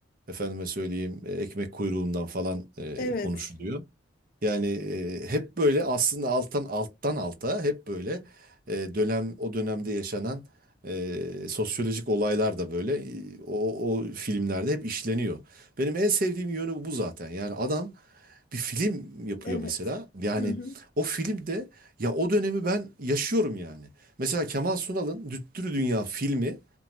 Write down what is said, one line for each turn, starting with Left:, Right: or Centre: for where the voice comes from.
Right: efendime söyleyeyim e, ekmek kuyruğundan falan e,
Left: Evet.
Right: konuşuluyor. Yani e, hep böyle aslında alttan alttan alta hep böyle e, dönem o dönemde yaşanan e, sosyolojik olaylar da böyle e, o, o filmlerde hep işleniyor. Benim en sevdiğim yönü bu zaten. Yani adam bir film yapıyor
Left: Evet.
Right: mesela. Yani
Left: Hı hı.
Right: o filmde ya o dönemi ben yaşıyorum yani. Mesela Kemal Sunal'ın Düttürü Dünya filmi